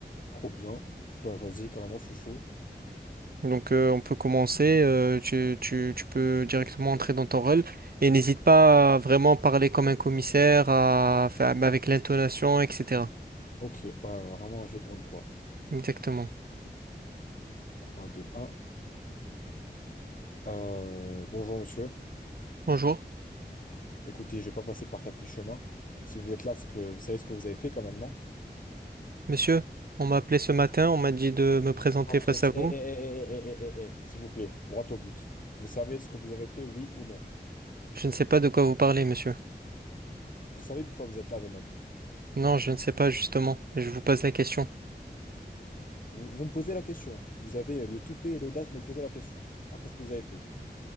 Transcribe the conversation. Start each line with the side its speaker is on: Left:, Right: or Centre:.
Left: Trop bien. Ben vas-y, carrément, je suis chaud.
Right: Donc euh, on peut commencer, euh, tu, tu, tu peux directement entrer dans ton rôle et n'hésite pas à vraiment parler comme un commissaire, à, faire- mais avec l'intonation, etc.
Left: Ok, ouais, vraiment un jeu de rôle, quoi.
Right: Exactement.
Left: Ok, Trois, deux, un. Euh, bonjour, monsieur.
Right: Bonjour,
Left: Écoutez, je vais pas passer par 4000 chemins. Si vous êtes là, c'est que vous savez ce que vous avez fait quand même, non?
Right: monsieur. On m'a appelé ce matin, on m'a dit de me présenter
Left: Droite-
Right: face
Left: euh, c'est-
Right: à vous.
Left: eh, eh, eh, eh, eh, eh, eh, eh, eh, s'il vous plaît, droit au but. Vous savez ce que vous avez fait, oui ou non?
Right: Je ne sais pas de quoi vous parlez, monsieur.
Left: Vous savez pourquoi vous êtes là, jeune homme?
Right: Non, je ne sais pas justement. Je vous pose la question.
Left: Vous, vous me posez la question. Vous avez euh, le toupet et l'audace de me poser la question. Après ce que vous avez fait.